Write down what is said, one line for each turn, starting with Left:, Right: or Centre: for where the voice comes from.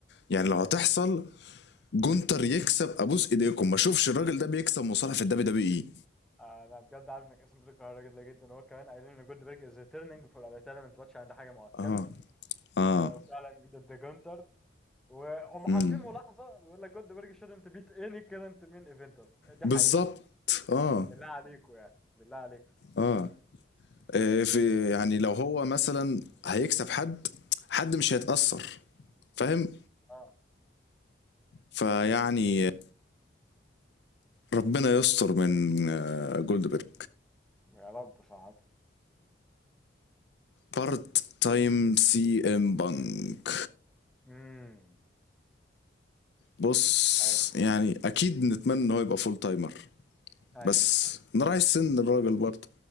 Left: يعني لو هتحصل جونتر يكسب ابوس ايديكم ما اشوفش الراجل ده بيكسب مصارع في الدبليو دبليو اي
Centre: انا بجد عارف انك اسم بتكرهها جدا جدا وهو كمان قايلين ان جولدبرج از ريتيرنينج فور ريتايرمنت ماتش عند حاجه مؤكده
Left: اه اه
Centre: آه، وفعلا ضد جونتر وهم
Left: امم
Centre: حاطين ملاحظه بيقول لك جولدبرج شouldn't beat any current main eventer دي
Left: بالظبط
Centre: حقيقه
Left: اه
Centre: يعني بالله عليكم يعني بالله عليكم
Left: اه إيه في يعني لو هو مثلا هيكسب حد حد مش هيتأثر فاهم
Centre: اه
Left: فيعني ربنا يستر من آه، جولدبرج
Centre: يا رب صعب
Left: بارت تايم سي ام بانك
Centre: امم
Left: بص
Centre: اي
Left: يعني اكيد نتمنى ان هو يبقى فول تايمر
Centre: اي
Left: بس راعي السن الراجل برضه